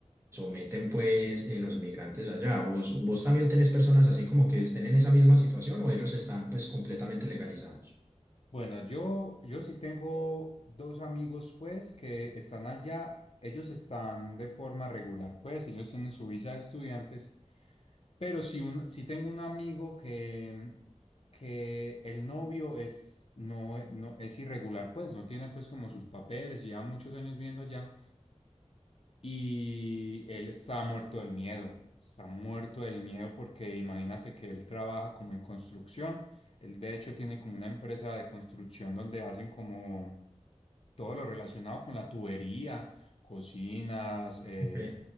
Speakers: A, on the right; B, on the left.
A: someten pues eh, los migrantes allá. ¿Vos, vos también tenés personas así como que estén en esa misma situación o ellos están pues completamente legalizados?
B: Bueno, yo, yo sí tengo dos amigos, pues, que están allá. Ellos están de forma regular, pues, ellos tienen su visa de estudiantes. Pero sí, un, sí tengo un amigo que, que el novio es, no, no, es irregular, pues, no tiene, pues, como sus papeles, y lleva muchos años viendo allá. Y él está muerto del miedo, está muerto del miedo porque imagínate que él trabaja como en construcción. Él de hecho tiene como una empresa de construcción donde hacen como todo lo relacionado con la tubería, cocinas, eh,
A: Ok,